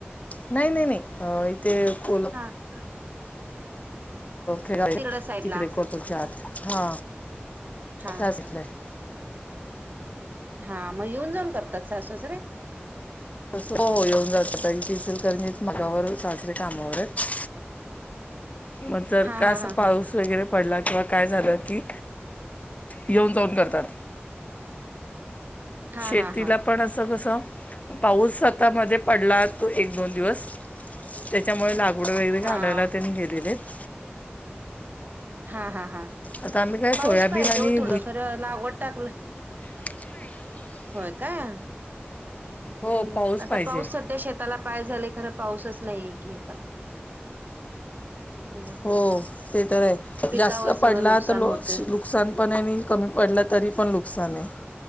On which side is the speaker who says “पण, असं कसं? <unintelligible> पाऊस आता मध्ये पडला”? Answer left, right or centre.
Left